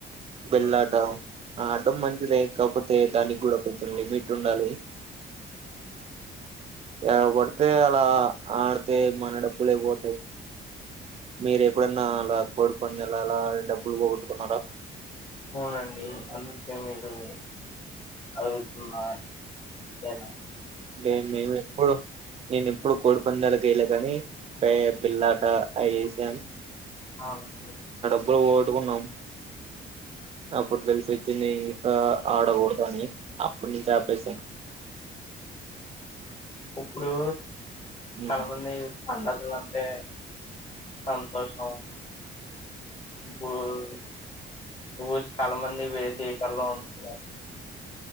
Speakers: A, on the right; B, on the left.
A: బిళ్ళాట
B: ఉమ్,
A: ఆడ్డం మంచిదే కాపోతే దానికి కూడ కొంచెం లిమిట్ ఉండాలి ఏలా పడితే అలా ఆడితే మన డబ్బులే పోతాయి మీరు ఎప్పుడన్నా అలా కోడి పందాల అలా ఆడి టప్పుడు డబ్బులు పోగొట్టుకున్నారా
B: అవునండి అందుకే మీరు అరుస్తున్న ఏనా
A: మె మెమ్ ఎప్పుడు నేను ఎప్పుడు కోడి పందాల కెయలే గాని బిళ్లాట అయ్యి వేసాను
B: అవునండి
A: డబ్బులు పోగట్టుకున్నాం అప్పుడు తెలిసి వచ్చింది ఇంకా ఆడకూడదు అని అప్పుడు నుంచి ఆపేసాను
B: ఉప్పుడు చాలా
A: ఉమ్
B: మంది పండగ్ అంటే సంతోషం ఇ చాలా మంది వేరే దేశాల్లో ఉంటున్నారు